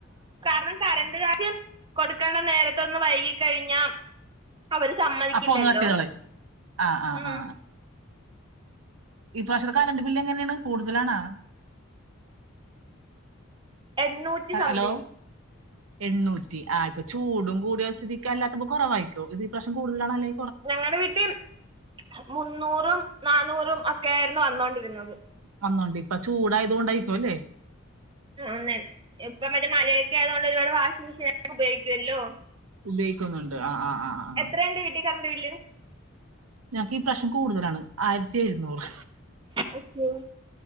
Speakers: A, on the right; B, on the right.
A: കാരണം കറണ്ട് കാര്യം കൊടുക്കണ്ട നേരത്തൊന്ന് വൈകി കഴിഞ്ഞാ അവര് സമ്മതിക്കില്ലല്ലോ
B: അപ്പൊ ഒന്ന് കട്ട് ചെയ്തോളീം ആ ആ
A: ഉം
B: ആ ആ. ഈ പ്രാവശ്യത്തെ കരണ്ട് ബില്ല് എങ്ങനെയാണ് കൂടുതലാണാ
A: എണ്ണൂറ്റ
B: ഹലോ
A: ഉ
B: എണ്ണൂറ്റി ആ ഇപ്പൊ ചൂടും കൂടിയ സ്ഥിതിക്ക് അല്ലാത്തപ്പോ കുറവായിരിക്കോ ഇത്ഈ പ്രവശ്യം കൂടുതലാണല്ലേ
A: ഞങ്ങളുടെ വീട്ടിൽ മുന്നൂറും നാനൂറും ഒക്കെ ആയിരുന്നു വന്നോണ്ടിരുന്നത്
B: വന്നോണ്ട് ഇപ്പ ചൂടായതു കൊണ്ടായിരിക്കും അല്ലേ
A: ആന്നെ ഇപ്പം മറ്റേ മഴയൊക്കെ ആയതൊണ്ട് ഒരുപാട് വാഷിംഗ് മെഷീനെ ഉപയോഗിക്കുവല്ലോ
B: ഉപയോഗിക്കുന്നുണ്ട് ആ ആ ആ ആ
A: എത്രയ ഉണ്ട് വീട്ടിൽ കരണ്ട് ബില്ല്
B: ഞങ്ങക്ക് ഈ പ്രാവശ്യം കൂടുതലാണ് ആയിരത്തി എഴുന്നൂറ്
A: ഓക്കെ